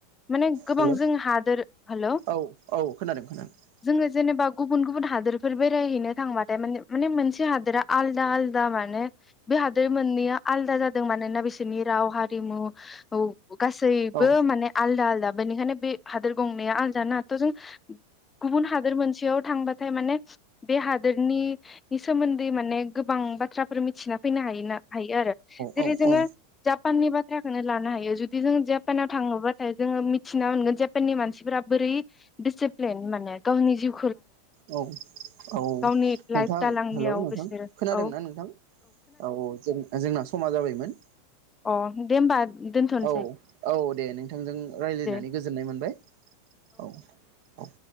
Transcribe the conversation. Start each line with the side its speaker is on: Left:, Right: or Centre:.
Left: माने गोबां
Right: हेलौ
Left: जों हादोर हेल'
Right: औ औ खोनादों खोनादों
Left: जोङो जेनेबा गुबुन गुबुन हादोरफोर बे बेरायहैनो थांबाथाय माने माने मोनसे हादोरा आलदा आलदा माने बे हादोर मोननैया आलदा जादों मानोना बिसोरनि राव हारिमु गासैबो
Right: औ
Left: माने आलदा आलदा बेनिखायनो बे हादोर गंना आलदाना थ' जों गुबुन हादोर मोनसेयाव थांबाथाय माने बे हादोरनि सोमोन्दै माने गोबां बाथ्राफोर मिथिना फैनो हायोना हायो आरो जेरै
Right: औ
Left: जोङो
Right: औ
Left: जा पाननि बाथ्राखौनो लानो हायो जुदि जों जापानाव थाङोबाथाय जो मिथि मोनोगोन जे जापाननि मानसिफोरा बोरै दिसिफ्लेन माने गावनि जिउ
Right: औ औ
Left: गावनि लाइफ
Right: नोंथां
Left: दालांनायाव
Right: हेल' नोंथां
Left: बिसोरो
Right: खोनादोंना
Left: औ
Right: नोंथां औ औ जों जोंना समा जाबायमोन
Left: अ दे होमबा दोनथ'नोसै
Right: औ औ दे नोंथांजों रायज्लायनानै
Left: दे
Right: गोजोननाय मोनबाय औ औ